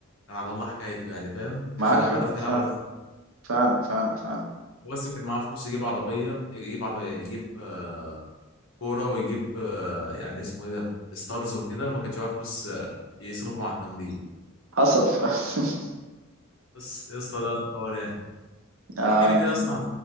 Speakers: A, on the left; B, on the right.
A: كان على الله حكايته يعني فاهم ما كانش
B: معاك
A: لا
B: حق
A: بيعرف
B: فعلا
A: يلعب ولا أي حاجة.
B: فعلا فعلا فعلا
A: هو بس كان معاه فلوس يجيب عربيه يجيب عربيه يجيب آه، كوره ويجيب آه، يعني اسمه ايه ده ستارز وكده ما كانش معاه فلوس آه، يصرفهم على التمرين
B: حصل ف... <laughs>
A: بس يا اسطى ده الحوار يعني
B: أم،
A: احكي لي كده يا اسطى عن